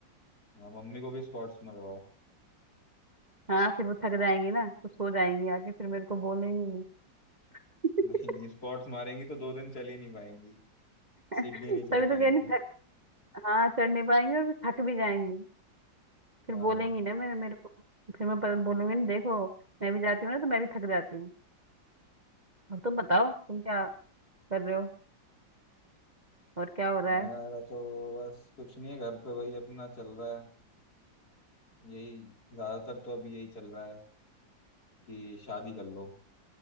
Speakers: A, on the left; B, on the right.
A: हाँ मम्मी को भी स्क्वाट्स मरवाओ
B: हाँ फिर वो थक जाएंगी ना तो सो जाएंगी आके फिर मेरे को बोलेंगी नहीं <laughs>
A: नहीं नहीं स्क्वाट्स मारेंगी तो दो दिन चल ही नहीं पाएंगी सीढ़ी
B: तभी
A: नहीं चढ़
B: तो
A: पाएंगी
B: कह रही थक हाँ चढ़ नहीं पाएंगी और फिर थक भी जाएंगी फिर
A: हाँ
B: बोलेंगी
A: हाँ।
B: ना मेरे मेरे को फिर मैं पर- बोलूंगी ना देखो मैं भी जाती हूँ ना तो मैं भी थक जाती हूँ और तुम बताओ तुम क्या कर रहे हो और क्या हो रहा
A: मेरा
B: है
A: तो बस कुछ नहीं है घर पे वही अपना चल रहा है यही ज्यादातर तो अभी यही चल रहा है कि शादी कर लो